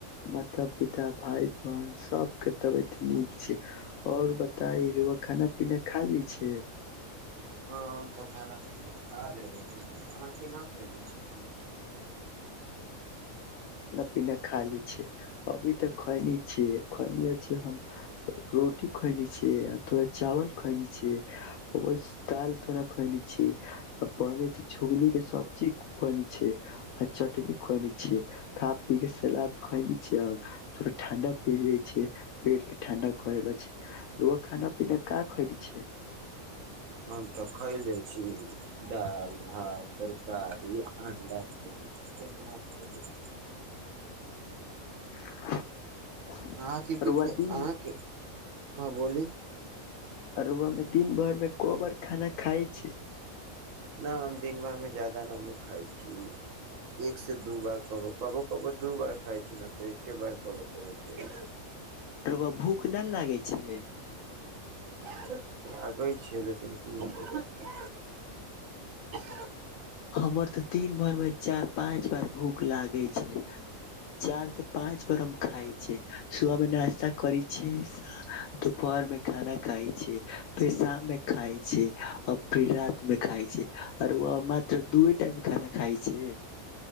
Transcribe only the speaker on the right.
हँ हम तऽ खाना पीना खा लेबै छी अहाँ केना खेले छी
हम तऽ खयले छी दालि भात तरकारी अणडा खयले छी इतना खयले छी
अहाँ कीथि
छय
अहाँके हँ बोली
न हम दिन भार मे जादा नू खाइ छी एक से दू बार क कब क दू बार खााय छी न त एकके बार कब कब खाइ छि।
<inaudible> आगै छै लेकिन है है है